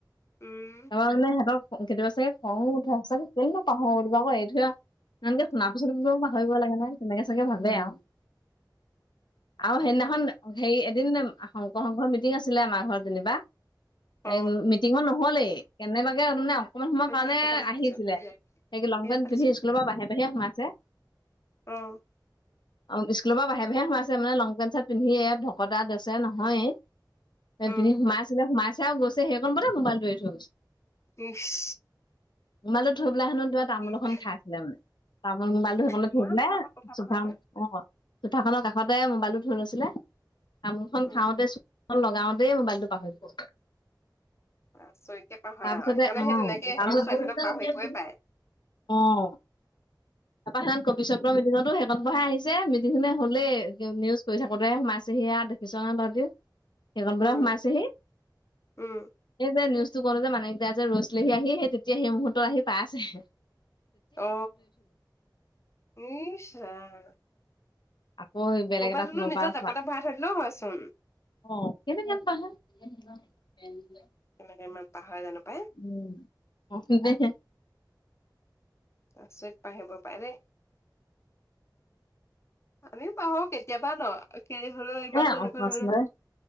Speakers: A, on the left; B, on the left.
A: উম
B: তোমাৰ মানে সিহঁতক কেতিয়াবা চাগে খঙো উঠে আছে। কেলেইনো পাহৰো আকৌ এই থে আৰু এনেকে শুনা পিছতো পাহৰিব লাগে নে তেনেকে চাগে ভাবে আৰু আৰু সেইদিনাখন হেৰি এদিন শংকৰ শংঘৰ মিটিং আছিলে আমাৰ ঘৰত যেনিবা।
A: অ
B: এই মিটিঙত নহল কেনেবাকে মানে, অকণমান সময়ৰ
A: ঢকুলবাহী
B: কাৰণে
A: কথা পাতিছো
B: আহিছিলে
A: সেয়াত
B: সি লং
A: সেয়াত
B: পেন্ট
A: পাতিছো
B: পিন্ধি স্কুলৰ পৰা বাহিৰে বাহিৰে সোমাইছে।
A: অ,
B: অ স্কুলৰ পৰা বাহিৰে বাহিৰে সোমাইছে মানে লং পেণ্ট চাৰ্ট পিন্ধিয়ে ভকত ড্ৰেছে নহয়। এই
A: অ
B: পিধ সমাইছিল সোমাইছে আৰু গৈছে সেই কণ বলে মোবাইলটো এৰি থৈ গৈছে।
A: ইছ
B: মোবাইল টো থৈ পেলাই হেনো তামোল এখন
A: যে
B: খাইছিলে মানে। তামোল মোবাইল টো সেইফালে
A: ইমান
B: থৈ পেলাই।
A: পতাপত কথা পাহৰে নে
B: অ চোফা খনৰ কাষতে মোবাইলটো থৈ লৈছিলে তামোলখন
A: উম
B: খাওঁতে, লগাওঁতেই মোবাইলটো পাহৰি গ'ল।
A: আচৰিতকে পাহৰে
B: তাৰপিছতে
A: আও সেইকাৰণে
B: আহ
A: সেই তেনেকে সিহঁতক
B: তাৰপিছত,
A: ছোৱালীহঁতক পাহৰিবই পায়
B: অ তাৰাপা সিদিন কবি চ্বপ্ৰৰ মিউজতো শেষত বহাই আহিছে, মিটিংখনে হ'লেই নিউজ কৰি থাকোতে সোমাইছে সিয়য়া দেখিছ নহয় তহতি। সেইখন
A: উম
B: সোমাইছেহি।
A: উম
B: এই যে নিউজটো কলো যে মানিক দা যে ৰৈছিলেহি আহি সেই তেতিয়া সেইমোহুত আহি পাই আছেহি।
A: অ ইছ ৰাম।
B: আকৌ বেলেগ
A: মোবাইলটোনো
B: এটা ফোনৰ
A: নিজৰ
B: পৰা
A: জাপতে
B: চোৱা।
A: ভৰাই থৈ দিলেও হয়চোন
B: অ, কেনেকে পাহা <unintelligible>
A: কেনেকে মই পাহৰা জানো পাই।
B: উম, <unintelligible>
A: আচৰিত পাহেব পাৰে দে। আমি পাহো কেতিয়াবা ন'
B: এ অকস্মাতে
A: <unintelligible>